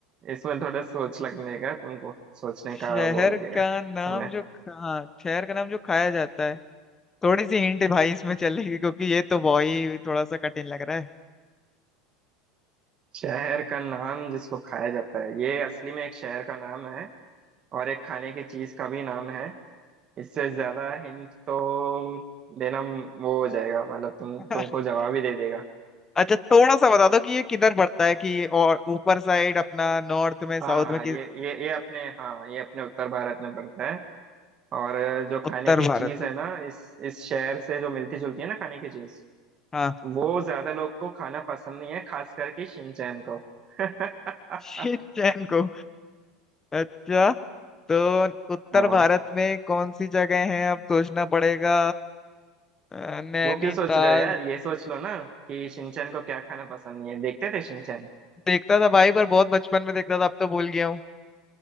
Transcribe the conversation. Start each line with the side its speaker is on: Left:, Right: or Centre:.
Right: इसमें थोड़ा सोच लगेगा तुमको सोचने
Left: शहर
Right: का वो लगेगा
Left: का नाम
Right: समय
Left: जो खा- हाँ शहर का नाम जो खाया जाता है थोड़ी सी हिंट भाई इसमें चलेगी क्योंकि ये तो भाई थोड़ा सा कठिन लग रहा है
Right: शहर का नाम जिसको खाया जाता है ये असली में एक शहर का नाम है और एक खाने की चीज का भी नाम है इससे ज्यादा हिंट तो देना वो हो जाएगा मतलब तुम
Left: <laughs>
Right: तुमको जवाब ही दे देगा
Left: अच्छा थोड़ा सा बता दो कि ये किधर पड़ता है कि और ऊपर साइड अपना नॉर्थ में साउथ
Right: हाँ हाँ
Left: में कि
Right: ये ये ये अपने हाँ ये अपने उत्तर भारत में पड़ता है और जो खाने
Left: उत्तर
Right: की
Left: भारत
Right: चीज
Left: में
Right: है ना इस इस शहर से जो मिलती जुलती है ना खाने की चीज
Left: हाँ
Right: वो ज्यादा लोग को खाना पसंद नहीं है खास करके शिनचैन को <laughs>
Left: <laughs> शिट चैन को अच्छा तो उत्तर
Right: हाँ
Left: भारत में कौन सी जगह हैं अब सोचना पड़ेगा अ, नैनीताल
Right: वो क्यों सोच रहे हो यार ये सोच लो ना कि शिनचैन को क्या खाना पसंद नहीं है देखते थे शिनचैन
Left: देखता था भाई पर बहुत बचपन में देखता था अब तो भूल गया हूँ